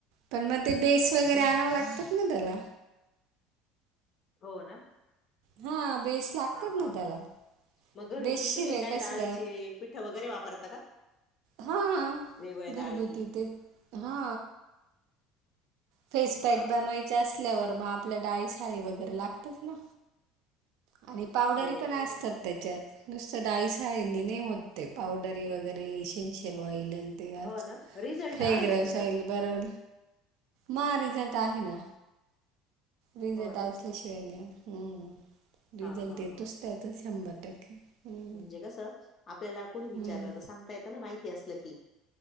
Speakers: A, on the right; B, on the left.
A: पण मग ते बेस वगैरे आणावं लागतात ना त्याला.
B: हो ना.
A: हा बेस लागतात
B: हा हा,,
A: ना त्याला
B: मग घरगुती
A: बेसशिवाय
B: तुम्ही काय
A: कसं
B: डाळीचे पिठं वगैरे वापरता का?
A: हा,,
B: वेगवेगळ्या
A: घरगुती
B: डाळी?
A: तेच हा फेस पॅक
B: हां,
A: बनवायचे
B: हां.
A: असल्यावर मग आपल्या डाळी साळी वगैरे लागतच ना. आणि पावडरी
B: हो,
A: पण
B: हो,
A: असतात
B: हो.
A: त्याच्यात,, नुसतं डाळी साळींनी नै होत ते. पावडरी वगैरे, इसेन्शियल ऑइलन, ते आज
B: हो ना? रिझल्ट
A: फ्रेगरन्स
B: आहे का त्याचा?
A: ऑईल बरोबर, म रिझल्ट आहे ना,, रिझल्ट
B: हो ना?
A: अस सल्याशिवाय नाही, रीझल्ट
B: हां, हां,
A: देतोच
B: हां.
A: त्यातच शंभर टक्के. हम्म.
B: म्हणजे कसं, आपल्याला कोणी विचारलं
A: हम्म.
B: तर सांगता येतं ना माहिती असलं की.